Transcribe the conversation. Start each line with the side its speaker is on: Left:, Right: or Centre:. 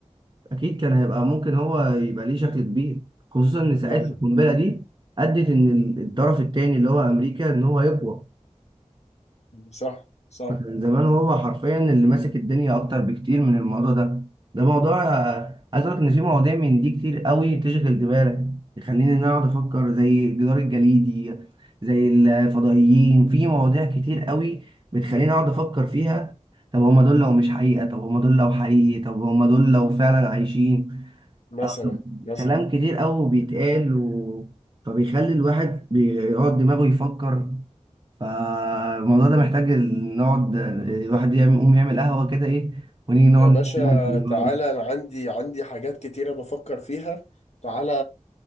Right: اكيد كان هيبقى ممكن هو يبقى ليه شكل كبير خصوصا ان ساعتها
Left: مثلا
Right: القنبله دي ادت ان الطرف التاني اللي هو امريكا ان هو يقوى
Left: صح صح
Right: من زمان هو حرفيا اللي ماسك الدنيا اكتر بكتير من الموضوع ده ده موضوع آه، عايز اقول لك ان في مواضيع من دي كتير قوي تشغل دماغك تخليني ان انا اقعد افكر زي الجدار الجليدي زي الفضائيين في مواضيع كتير قوي بتخليني اقعد افكر فيها طب هما دول لو مش حقيقة طب هما دول لو حقيقي طب هما دول لو فعلا عايشين
Left: مثلا
Right: آه، طب
Left: مثلا
Right: كلام كتير قوي بيتقال و... فبيخلي الواحد بيقعد دماغه يفكر فالموضوع ده محتاج ال- نقعد الواحد يعمل- يقوم يعمل قهوة كده ايه ونيجي نقعد
Left: يا باشا
Right: نتكلم في الموضوع
Left: تعالى
Right: ده
Left: انا عندي عندي حاجات كتيرة بفكر فيها تعالى